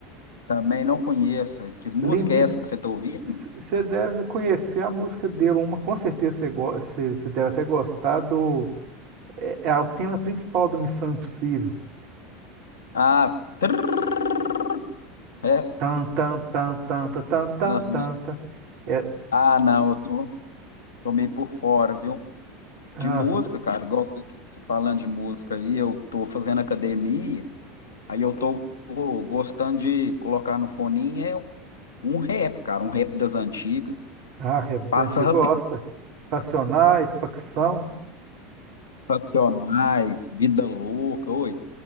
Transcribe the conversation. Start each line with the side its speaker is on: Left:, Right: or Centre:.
Left: Também não conheço. Que música
Right: Limp Bizkit,
Left: é essa que você tá ouvindo?
Right: c- você deve conhecer a música dele. Uma, com certeza você, go- você, você deve até gostar do... É, é o tema principal do Missão Impossível.
Left: Ah, trrr, essa?
Right: Tan, tan, tan, tan, tan, tan, tan,
Left: Aham.
Right: tan, tan. É,
Left: Ah, não, eu tô, tô meio por fora, viu?
Right: ah,
Left: De música,
Right: você tá-
Left: cara, igual você você falando de música aí, eu tô fazendo academia, aí eu tô gostando de colocar no foninho é um um rap, cara, um rap das antigas.
Right: ah, é dos
Left: Passa
Right: antigos,
Left: Rapidinho,
Right: gosta. Racionais, facção.
Left: Racionais, Vida Louca, oi.